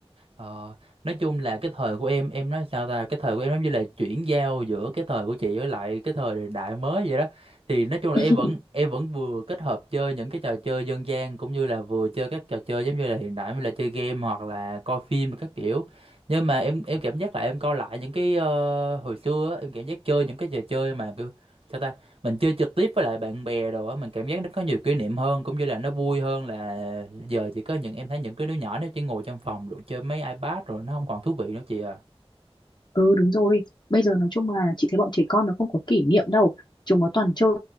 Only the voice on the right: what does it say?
Ờ, nói chung là cái thời của em em nói sao ta cái thời của em giống như là chuyển giao giữa cái thời của chị với lại cái thời đại mới vậy đó thì nói chung là
em vẫn em vẫn vừa kết hợp chơi những cái trò chơi dân gian cũng như là vừa chơi các trò chơi giống như là hiện đại như là chơi game hoặc là coi phim các kiểu nhưng mà em em cảm giác là em coi lại những cái ờ, hồi xưa á, em cảm giác chơi những cái trò chơi mà cứ, sao ta mình chơi trực tiếp với lại bạn bè đồ á mình cảm giác nó có nhiều kỷ niệm hơn cũng như là nó vui hơn là giờ chỉ có những em thấy những cái đứa nhỏ nó chỉ ngồi trong phòng rồi chơi mấy iPad rồi nó không còn thú vị nữa chị à